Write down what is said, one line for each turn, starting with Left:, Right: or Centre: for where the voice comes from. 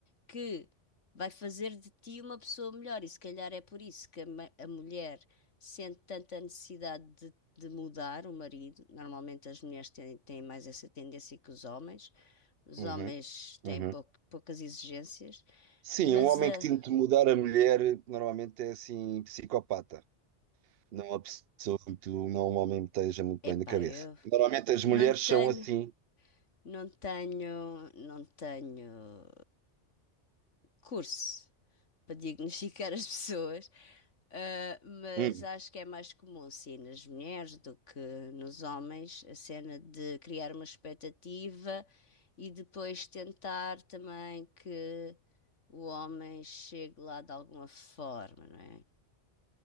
Left: que vai fazer de ti uma pessoa melhor. E se calhar é por isso que a, ma- a mulher sente tanta necessidade de, de mudar o marido. Normalmente as mulheres têm, têm mais essa tendência que os homens. Os
Right: Uhum,
Left: homens têm
Right: uhum.
Left: pou- poucas exigências,
Right: Sim,
Left: mas
Right: um homem
Left: é
Right: que tenta mudar a mulher normalmente é assim psicopata. Não há pessoa que tu não homem esteja muito
Left: epá,
Right: bem da cabeça.
Left: eu
Right: Normalmente as
Left: não
Right: mulheres
Left: tenho,
Right: são assim.
Left: não tenho, não tenho curso para diagnosticar as pessoas. Ah, mas
Right: Hum.
Left: acho que é mais comum, sim, nas mulheres do que nos homens, a cena de criar uma expectativa e depois tentar também que o homem chegue lá de alguma forma, não é?